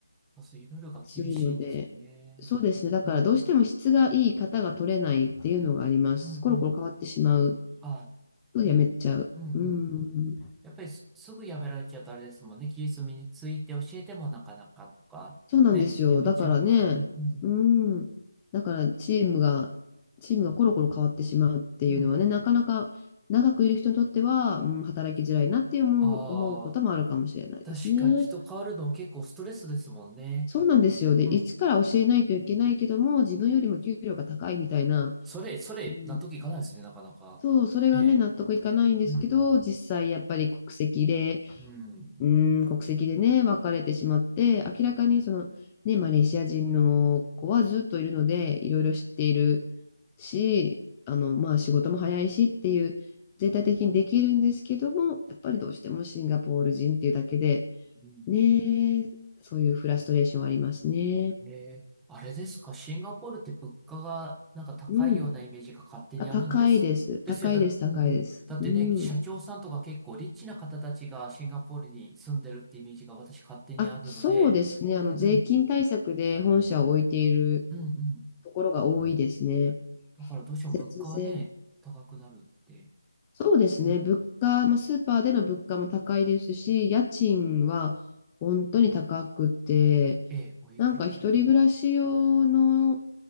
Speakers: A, in the centre; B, on the left.
A: あ、そう、いろいろが厳しいんですね。
B: するので、そうですね。だからどうしても質がいい方が取れないっていうのがあります。
A: うん、うん、うん、
B: コロコロ変わってしまう
A: うん。あ、
B: とやめちゃう。
A: ね。うんうん。
B: うん。
A: やっぱりす、すぐやめられちゃうとあれですもんね。技術身について教えてもなかなかとか、
B: そうなんですよ。
A: ね、やめちゃうからね。
B: だからね、
A: うん。
B: うん。だからチームが、チームがコロコロ変わってしまうっていうのはね、
A: うんうん。
B: なかなか長くいる人にとっては、うん、働きづらいなって思う、
A: ああ、
B: 思うこともあるかもしれないですね。
A: 確かに人変わるの結構ストレスですもんね。
B: そうなんですよ。で、
A: うん。
B: 一から教えないといけないけども、自分よりも給料が高いみたいな、
A: それ、それ、
B: うん、
A: 納得いかないですね、なかなか。
B: そう、それがね、
A: ええ。
B: 納得いかないんですけど、
A: うん。
B: 実際やっぱり国籍で、
A: うん。
B: うーん、国籍でね、別れてしまって、明らかにその、ね、マレーシア人の子はずっといるので、いろいろ知っているし、あの、まあ仕事も早いしっていう、全体的にできるんですけども、やっぱりどうしてもシンガポール人っていうだけで、
A: うん
B: ね、そういうフラストレーションはありますね。
A: ええ、あれですか、シンガポールって物価がなんか高いようなイメージが勝手にあるんです。
B: うん。あ、高いです。高いです、
A: ですよ、だ、
B: 高いです。
A: うんうん。だってね、
B: うん。
A: 社長さんとか結構リッチな方たちがシンガポールに住んでるってイメージが私勝手にあるので、
B: あ、そうですね。
A: うんうん、
B: あの、税金対策で本社を置いている
A: うんうん。
B: ところが多いですね。
A: だからどうしても物価はね、
B: 節税。
A: 高くなるって。
B: そうですね。
A: うん。
B: 物価、まあ、スーパーでの物価も高いですし、家賃は本当に高くて、
A: ええ、おいくらぐらい
B: なんか一人暮らし用の、